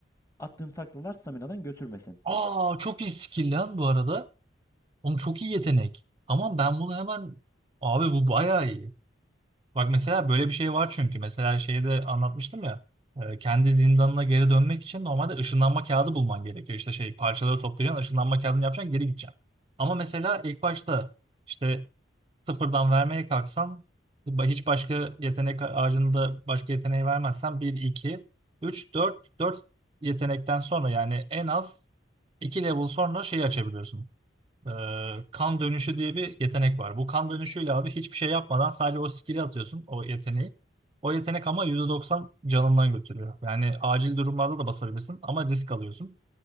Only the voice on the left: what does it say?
attığın taklalar staminadan götürmesin.